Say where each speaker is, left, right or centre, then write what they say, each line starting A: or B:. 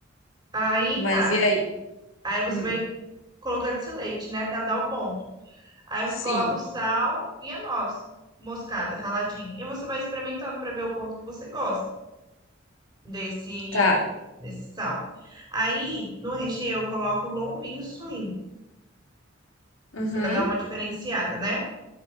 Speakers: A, on the right; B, on the left.
A: Aí
B: Mas
A: tá.
B: e aí?
A: Aí você
B: Hum,
A: vai colocando esse leite, né, até dar o ponto. Aí
B: sim,
A: você coloca o sal e a noz moscada raladinha. E você vai experimentando para ver o ponto que você gosta. desse,
B: tá.
A: desse sal. Aí, no recheio, eu coloco lombinho suíno,
B: Uhum.
A: para dar uma diferenciada, né?